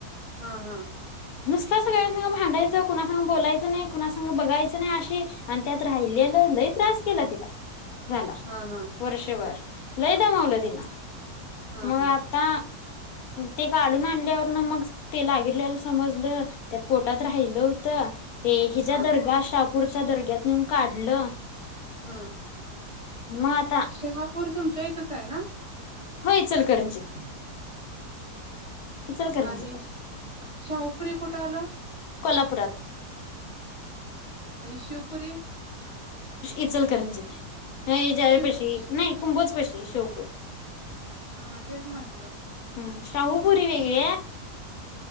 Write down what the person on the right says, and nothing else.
हाहा..
हा हा
हा
हा
हम्म.
शहापूर तुमच्या इथच आहे ना?
आणि शाहूपुरी कुठे आलं?
आणि शिवपुरी?
शिव
श-
हा तेच म्हंटलं.